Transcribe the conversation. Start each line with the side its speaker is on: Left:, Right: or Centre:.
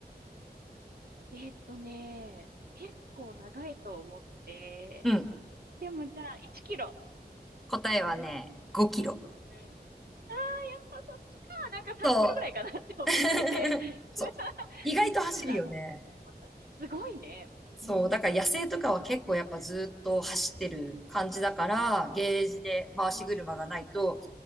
Right: ん。えーっとね、結構長いと思って、
Centre: うん。
Right: でもじゃあ1キロ。
Centre: 答えはね、5キロ。
Right: うん。ああ、やっぱそっちか。なんか3キロぐらいかなって思ってて。
Centre: そう。<laughs>
Right: <laughs>
Centre: そう。
Right: どっ
Centre: 意外と走るよね。
Right: ちだろう。すごいね。
Centre: そう、
Right: うん。
Centre: だから野生とかは結構やっぱずっと走ってる感じだから、
Right: うん
Centre: ゲージで回し車がないと、
Right: うんうん